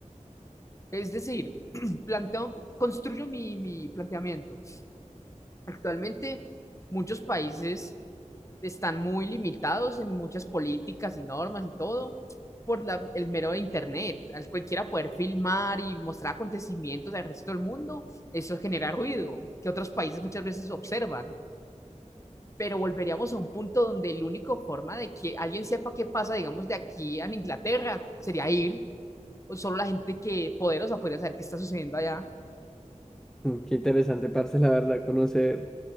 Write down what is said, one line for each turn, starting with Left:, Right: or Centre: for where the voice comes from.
Left: Es decir, <clears throat> planteo, construyo mi, mi planteamiento. Actualmente, muchos países están muy limitados en muchas políticas y normas y todo por la- el mero de Internet. Al cualquiera poder filmar y mostrar acontecimientos del resto del mundo, eso genera ruido que otros países muchas veces observan. pero volveríamos a un punto donde la única forma de que alguien sepa qué pasa, digamos, de aquí a Inglaterra sería ir. O solo la gente que poderosa podría saber qué está sucediendo allá.
Centre: Mm, Qué interesante, parce, la verdad, conocer